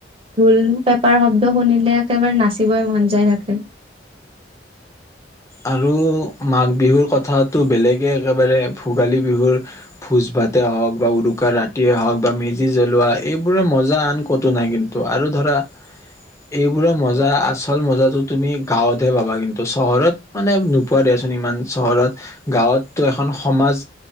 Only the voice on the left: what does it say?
আৰু মাঘ বিহুৰ কথাটো বেলেগে একেবাৰে ভোগালী বিহুৰ ভোজ ভাতে হওক বা উৰুকাৰ ৰাতিয়ে হওক বা মেজি জ্বলোৱা এইবোৰৰ মজা আন ক'তো নাই কিন্তু আৰু ধৰা এইবোৰৰ মজা আচল মজাটো তুমি গাঁৱতহে পাবা কিন্তু চহৰত মানে নোপোৱা দিয়াচোন ইমান চহৰত গাঁৱতো এখন সমাজ